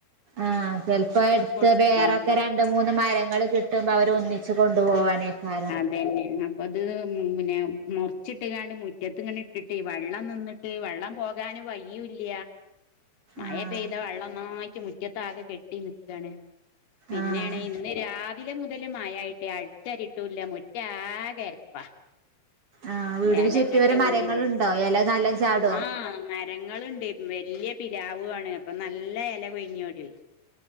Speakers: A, on the right (about 45°); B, on the left (about 85°).
A: ആഹ്, ചിലപ്പോ എടുത്ത
B: കൊടു
A: വേറെ ആൾ
B: ആഹ്
A: ക്കര രണ്ട് മൂന്ന് മരങ്ങൾ കിട്ടുമ്പോ അവര് ഒന്നിച്ച് കൊണ്ടു പോവാനാ യിരിക്കും
B: അത് തന്നെ. അപ്പൊ, അത് പിന്നെ മുറിച്ചിട്ട് കാണ്ട് മുറ്റത്തി ഇങ്ങനെ ഇട്ടിട്ട്. വെള്ളം നിന്നി ട്ട് വെള്ളം പോകാന് വഴി യുല്ല. മഴ
A: ആഹ്
B: പെയ്ത വെള്ളംന്നോയിറ്റ് മുറ്റത്ത് ആകെ കെട്ടി നിക്കാണ്. പിന്നെയണ്
A: ആഹ്
B: ഇന്ന് രാ രാവിലെ മുതല് മഴാ യിട്ടേ അടിച്ച് വാരിട്ടൂല്ല. മുറ്റ ആകെ എരപ്പ.
A: ആഹ് വീടിന്
B: എലങ്ങട്ട്
A: ചുറ്റുവരം മരങ്ങളുണ്ടോ
B: വീണ്ട്ട്,
A: എല നല്ലോം ചാടോ
B: ആഹ് മെ രങ്ങള്ണ്ട് വല്യ പിലാവു ആണ് അപ്പ നല്ലെ എല കൊഴിഞ്ഞോടിയോയി